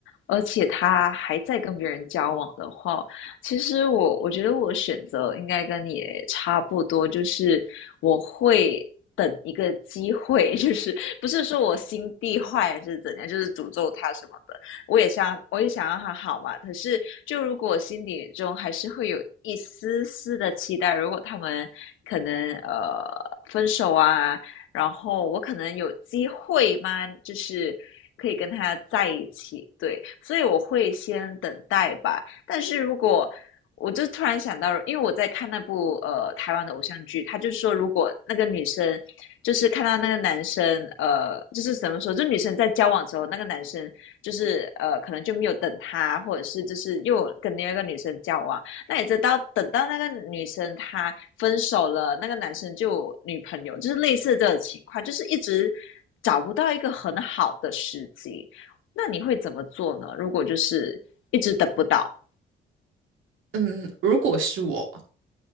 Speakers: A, on the left (about 80°); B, on the right (about 85°).
A: 而且他还在跟别人交往的话，其实我我觉得我选择应该跟你也差不多，就是我会等一个机会，<laughs> 就是不是说我心地坏还是怎样，就是诅咒他什么的，我也想我也想让他好嘛。可是就如果我心底中还是会有一丝丝的期待，如果他们可能呃分手啊。然后我可能有机会吗？就是可以跟他在一起，对，所以我会先等待吧。但是如果我就突然想到，因为我在看那部呃台湾的偶像剧，他就说，如果那个女生就是看到那个男生，呃，就是怎么说，就女生在交往的时候，那个男生就是呃可能就没有等她，或者是就是又跟另外一个女生交往，那也知道，等到那个女生她分手了，那个男生就有女朋友，就是类似这种情况，就是一直找不到一个很好的时机。那你会怎么做呢？如果就是一直等不到，
B: 嗯，如果是我，